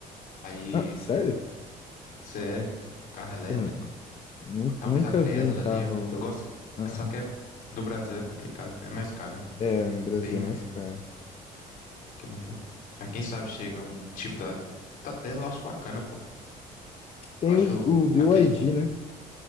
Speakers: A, on the left; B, on the left.
A: Aí
B: Ah, sério?
A: CL, carro elétrico,
B: Porra, Nun-
A: talvez
B: Nunca
A: a Tesla
B: vi um carro.
A: ali, ó. Eu gosto,
B: Aham.
A: só que é, do Brasil é complicado, né? é mais caro,
B: É, no Brasil,
A: bem mas
B: é mais caro.
A: que não for. Mas quem sabe chega um tipo da, da Tesla, eu acho bacana, pô.
B: Tem
A: Eu acho
B: os, o BYD,
A: aquele,
B: né?